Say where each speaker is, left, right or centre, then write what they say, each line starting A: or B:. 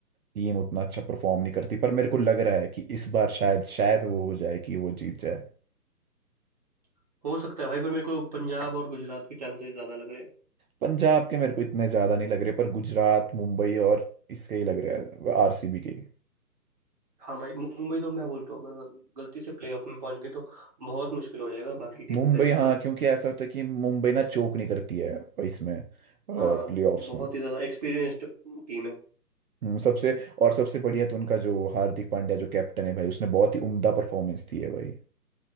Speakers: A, on the right; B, on the right.
A: टीम उतना अच्छा परफॉर्म नहीं करती पर मेरे को लग रहा है कि इस बार शायद शायद वो हो जाए कि वो जीत जाए
B: <clears throat> हो सकता है भाई पर मेरे को पंजाब और गुजरात के चांसेस ज्यादा लग रहे हैं
A: पंजाब के मेरे को इतने ज्यादा नहीं लग रहे पर गुजरात मुंबई और इसके ही लग रहे हैं आरसीबी के ही।
B: हाँ भाई मुंबई तो मैं बोलता हूँ अगर गलती से प्लेऑफ में पहुंच गई तो बहुत मुश्किल हो जाएगा बाकी टीम्स
A: मुंबई
B: का जीतना
A: हाँ क्योंकि ऐसा होता है कि मुंबई ना चोक नहीं करती है इसमें प्लेऑफ्स
B: हाँ बहुत
A: में
B: ही ज्यादा एक्सपीरियंस्ड टीम है
A: हम्म, सबसे और सबसे बढ़िया तो उनका जो हार्दिक पांड्या जो कैप्टन है भाई उसने बहुत ही उम्दा परफॉर्मेंस दी है भाई